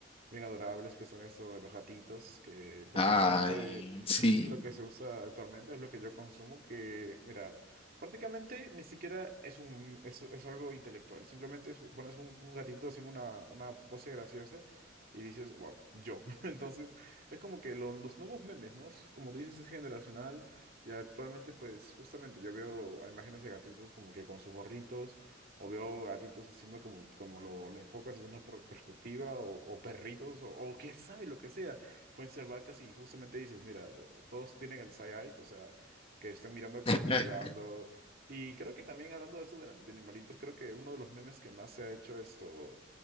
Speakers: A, on the right (about 50°); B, on the left (about 30°).
A: bien adorables, que son estos de los gatitos, que prácticamente
B: Ay, sí.
A: es lo que se usa actualmente, es lo que yo consumo, que, mira, prácticamente ni siquiera es un, es, es algo intelectual, simplemente es- pones un, un gatito haciendo una, una pose graciosa y dices, wow, yo. <laughs> Entonces, es como que lo- los nuevos memes, ¿no? Es Como tú dices, es generacional y actualmente, pues, justamente yo veo a imágenes de gatitos como que con sus gorritos o veo gatitos haciendo como, como lo, lo enfocas desde una por- perspectiva, o, o perritos, o, o quién sabe, lo que sea. Pueden ser vacas y justamente dices, mira, todos tienen el side-eye, o sea, que están mirando como
B: <laughs>
A: juzgando. Y creo que también hablando de esto de, de animalitos, creo que uno de los memes que más se ha hecho esto